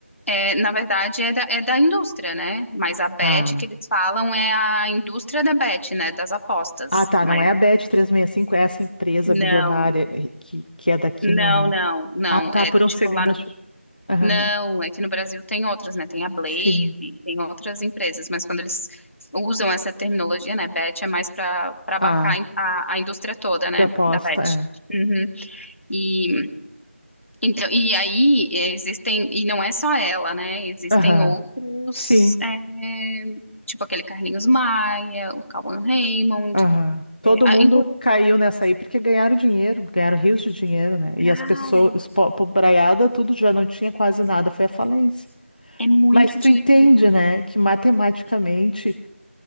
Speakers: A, on the left (about 65°); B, on the left (about 40°).
A: É, na verdade, é da, é da indústria, né? Mas a bet
B: Ah,
A: que eles falam é a indústria da bet, né? Das apostas.
B: ah, tá,
A: Mas
B: não é a Bet 365, é essa empresa
A: não,
B: bilionária eh, que, que é daqui,
A: não,
B: não, né?
A: não, não.
B: Ah, tá,
A: É
B: por um
A: tipo
B: segundo
A: lá no.
B: achei. Aham,
A: Não, é que no Brasil tem outras, né? Tem a Blaze,
B: sim.
A: tem outras empresas, mas quando eles usam essa terminologia, né? Bet é mais para para abarcar
B: Ah,
A: a, a indústria toda, né?
B: de aposta,
A: Da bet.
B: é.
A: Uhum. E Então, e aí é, existem, e não é só ela, né? Existem
B: Aham,
A: outros,
B: sim,
A: é, tipo aquele Carlinhos Maia, o Cauan Raymond.
B: aham. Todo
A: É, a-
B: mundo
A: inclu-
B: caiu nessa aí porque ganharam dinheiro, ganharam rios de dinheiro, né? E
A: cara,
B: as pessoas, os po- pobraiada, tudo já não tinha quase nada, foi a falência.
A: é muito
B: Mas tu
A: dinheiro,
B: entende,
A: Marta.
B: né, que matematicamente